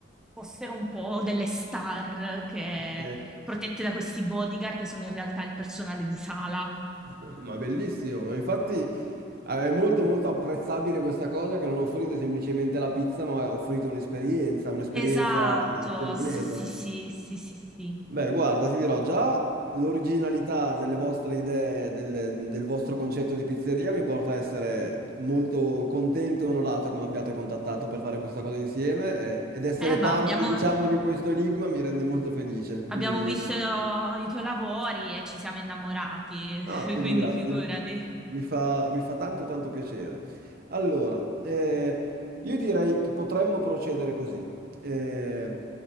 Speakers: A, in the centre; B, on the right.
A: fossero un po' delle star che,
B: ok,
A: protette da questi bodyguard che sono in realtà il personale di sala.
B: <laughs> ma bellissimo, ma infatti eh, è molto molto apprezzabile questa cosa che non offrite semplicemente la pizza, ma offrite un'esperienza, un'esperienza
A: Esatto,
B: completa.
A: sì, sì, sì, sì, sì, sì.
B: Beh, guarda, ti dirò già l'originalità delle vostre idee, del, del vostro concetto di pizzeria mi porta a essere molto contento e onorato come abbiate contattato per fare questa cosa insieme e- ed essere
A: Eh, ma
B: parte,
A: abbiamo,
B: diciamo, di questo enigma mi rende molto felice.
A: abbiamo
B: Mi...
A: visto i tuoi lavori e ci siamo innamorati,
B: Ah,
A: <laughs>
B: ti
A: quindi
B: ringrazio.
A: figurati.
B: Mi fa, mi fa tanto tanto piacere. Allora, eh, io direi che potremmo procedere così. Eh,